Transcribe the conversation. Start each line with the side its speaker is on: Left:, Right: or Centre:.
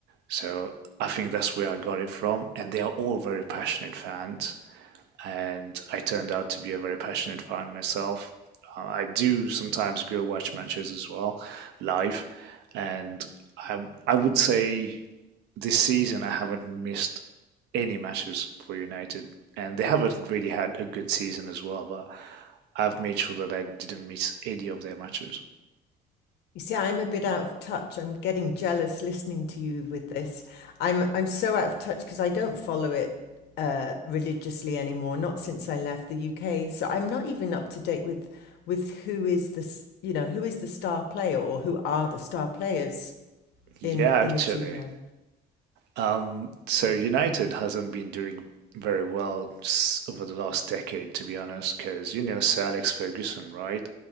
Right: So I think that's where I got it from. And they are all very passionate fans. And I turned out to be a very passionate fan myself. Uh, I do sometimes go watch matches as well, live. And I, I would say this season I haven't missed any matches for United. And they haven't really had a good season as well. But I've made sure that I didn't miss any of their matches.
Left: You see, I'm a bit out of touch. I'm getting jealous listening to you with this. I'm I'm so out of touch because I don't follow it uh, religiously anymore, not since I left the UK. So I'm not even up to date with with who is the, s- you know, who is the star player or who are the star players
Right: <laughs> yeah,
Left: in in
Right: actually,
Left: the team now.
Right: Um, so United hasn't been doing very well s- over the last decade, to be honest, because you know Sir Alex Ferguson, right?